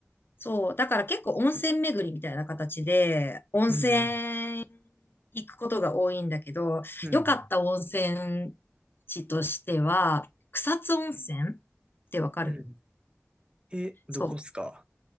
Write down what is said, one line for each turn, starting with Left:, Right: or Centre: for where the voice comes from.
Left: そう。だから結構温泉巡りみたいな形で、温泉
Right: うん
Left: 行くことが多いんだけど、
Right: うん。
Left: 良かった温泉
Right: うん
Left: 地としては、草津温泉ってわかる
Right: うん。え、どこっすか
Left: そう。